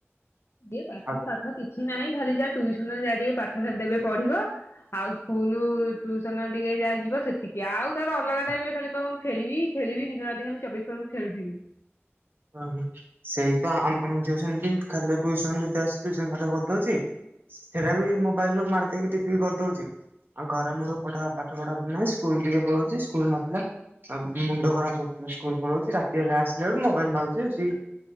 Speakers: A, on the left (about 65°); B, on the right (about 50°).
A: ଇଏ ପାଠ
B: ଆଉ
A: ସାଠ କିଛି ନାହିଁ ଖାଲି ଯାହା ଟୁଇସନ ଯା ଟିକେ ପାଠ ଦେବେ ପଢିବ ଆଉ ସ୍କୁଲ ଟୁଇସନ ଟିକେ ଯାହା ଯିବ ସେତିକି, ଆଉ ତାର ଅଲଗା ଟାଇମରେ ଖାଲି କହିବ ମୁଁ ଖେଳିବି ଖେଳିବି ଦିନରାତିି କାଲି ଚବିଶ ଥରକୁ ଖେଳଥିବି।
B: ତ ସେଇ ତ ଆମ ଝିଅ ସେମିତି ଖାଲି ଟିଉସନରୁ ଆସୁଛୁ ଟିଉସନ ପାଠ କରିଦଉଛି ସେରା ବି ମୋବାଇଲରୁ ମାରିଦେହିକି ଟିପି କରିଦଉଛି, ଆଉ ଘରେ ମୁଲୁରୁ ପାଠ ପଢା ନାଁ ସ୍କୁଲ ଟିକେ ପଳେଉଛି ସ୍କୁଲ ନଥିଲା। ଆଉ ମୁଣ୍ଡ ଖରାପ କରି ପଳହୁଛି ରାତି ହେଲା ଆସିଲା ବେଳକୁ ମୁଁ ମୋବାଇଲ ମାଗୁଚ଼ି ସି